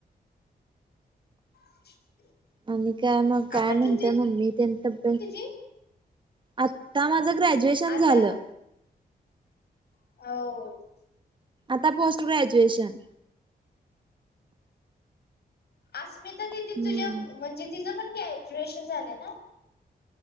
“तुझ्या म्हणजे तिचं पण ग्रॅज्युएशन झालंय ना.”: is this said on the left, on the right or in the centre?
Left